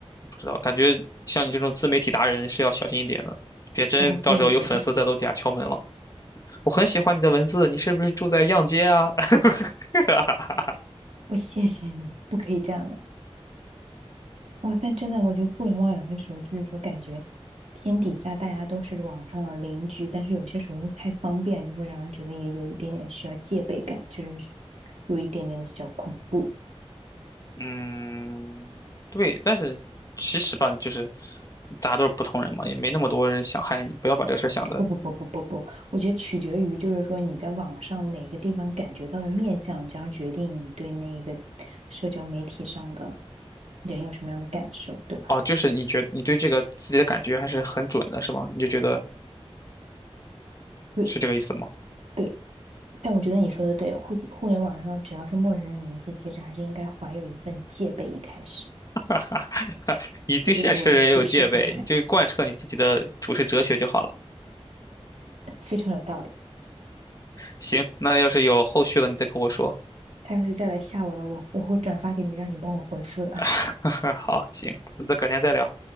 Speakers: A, on the left; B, on the right.
A: 不知道，感觉像你这种自媒体达人是要小心一点的，别真到时候有粉丝在楼底下敲门了。
B: 然后不，
A: 我很喜欢你的文字，你是不是住在样街啊？<laughs>
B: 我谢谢你，不可以这样的。哇，但真的，我觉得互联网有些时候就是说，感觉天底下大家都是网上的邻居，但是有些时候太方便，就会让人觉得也有一点点需要戒备感，就是有一点点的小恐怖。
A: 嗯，对，但是其实吧，就是大家都是普通人嘛，也没那么多人想害你，不要把这个事儿想的。
B: 不不不不不不，我觉得取决于就是说你在网上哪个地方感觉到的面相，将决定你对那个社交媒体上的人有什么样的感受，对吧？
A: 哦，就是你觉你对这个自己的感觉还是很准的，是吗？你就觉得
B: 对
A: 是这个意思吗？
B: 对，但我觉得你说的对，互互联网上只要是陌生人联系，其实还是应该怀有一份戒备。一开始，
A: <laughs> 你对现实的人也有戒备，
B: 这就是我的处事心态，
A: 你就贯彻你自己的处世哲学就好了。
B: <laughs> 非常有道理。
A: 行，那要是有后续了，你再跟我说。
B: 他要是再来吓我了，我我会转发给你，让你帮我回复的。
A: <laughs> 好，行，那再改天再聊。